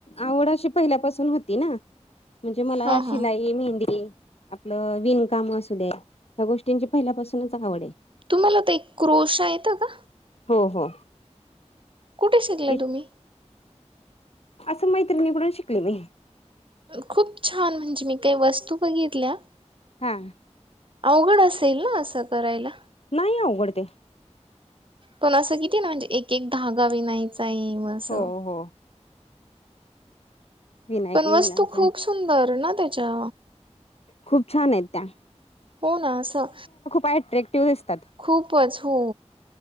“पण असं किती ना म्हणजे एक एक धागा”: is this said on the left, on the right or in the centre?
Right